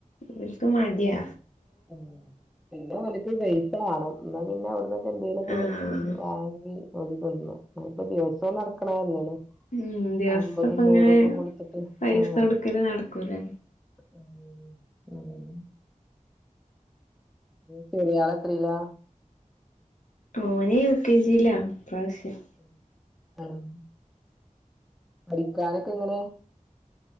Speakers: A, on the left; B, in the centre.
A: വെൽക്ക് മട്യാ.
B: ഉം പിന്നെ വെൽക്ക് പൈസ വേണം. ഇന്നാ പിന്നെ അവിട്ന്ന്. എന്തേലൊക്കെ
A: ആഹ്
B: വാങ്ങി ഓല് തിന്നും. <unintelligible> ഇപ്പോ ദിവസവും നടക്ക്ണേല്ലെലെ.
A: ഉം ദിവസം
B: അമ്പതും
A: ഇപ്പ ഇങ്ങനെ
B: നൂറൊക്കെ കൊടുത്തിട്ട്
A: പൈസ
B: ആഹ്
A: കൊടുക്കല് നടക്കൂലല്ലോ
B: ഉം ഉം ചെറിയാളത്രീല.
A: ഓന്. യു. കെ ജില്ല ഇ പ്രാവശ്യം.
B: ഉം ഉം പഠിക്കാനൊക്കെ എങ്ങനെ.